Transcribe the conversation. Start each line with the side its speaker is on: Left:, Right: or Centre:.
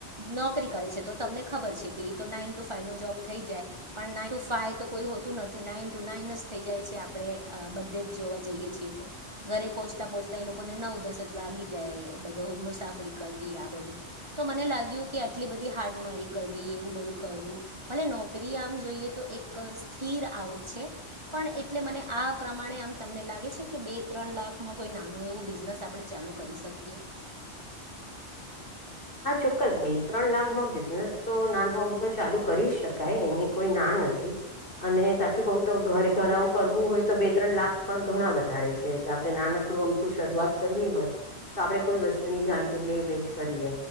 Right: નોકરી કરે છે તો તમને ખબર છે કે ઈ તો નાઈન ટુ ફાઈવ નો જોબ થઈ જાય પણ નાન ટુ ફાઈવ તો કોઈ હોતું નથી નાન ટુ નાઇન જ થઈ જાય છે આપણેે આ બધે જ જોવા જઈએ છીએ તો ઘરે પહોચતા પહોચતા એ લોકોને નવ દસ જ વાગી જાય એ બધો મુસાફરી કા કરવી આ બધું તો મને લાગ્યું કે આટલી બધી હાડમારી કરવી એવું બધું કરવું ભલે નોકરી આમ જોઈએ તો એક સ્થિર આવક છે પણ એટલે મને આ પ્રમાણે આ તમને લાગે છે કે બે ત્રણ લાખમાં કોઈ નાનું એવું બિઝનેસ આપણે ચાલુ કરી શકીએ. <inaudible>
Left: હા ચોક્કસ બે ત્રણ લાખમાં બિઝનેસ તો નાનો આમ તો ચાલુ કરી શકાય એની કોઈ ના નથી. અને સાચું કઉ તો ઘરે ઘર આવું કરવું હોય તો બે ત્રણ લાખ પણ ઘણા વધારે છે એટલે આપડે નાનો આપડું અમથું શરૂઆત કરવી હોય તો આપડે કોઈ વસ્તુ ની જાણી કે લે વે જ કરીએ.